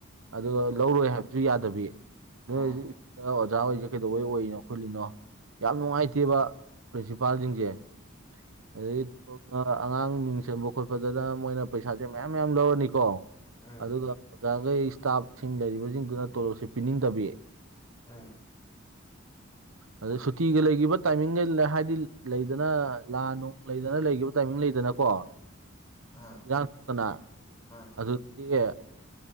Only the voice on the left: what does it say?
ꯑꯣ
ꯑꯣ
ꯎꯝ
ꯑꯥ
ꯑꯥ
ꯑꯥ